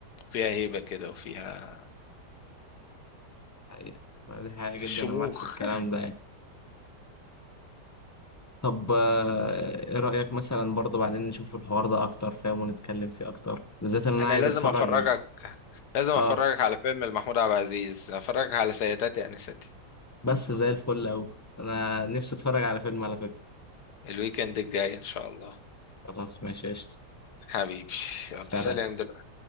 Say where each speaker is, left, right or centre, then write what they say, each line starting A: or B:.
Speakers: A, on the left; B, on the left.
A: فيها هيبة كده وفيها
B: دي حقيقة لا، دي حقيقة جدا
A: شموخ
B: انا معاك في الكلام ده طب آه، ايه رأيك مثلا برضه بعدين نشوف الحوار ده اكتر فاهم ونتكلم فيه اكتر بالذات ان انا
A: انا
B: عايز
A: لازم
B: اتفرج
A: افرجك لازم افرجك
B: اه
A: على فيلم لمحمود عبد العزيز افرجك على سيداتي انستي
B: بس زي الفل اوي انا نفسي اتفرج على فيلم على فكرة
A: الويكند الجاي ان شاء الله
B: خلاص ماشي قشطة
A: حبيبي يلا
B: سلام
A: سلام دلوقتي.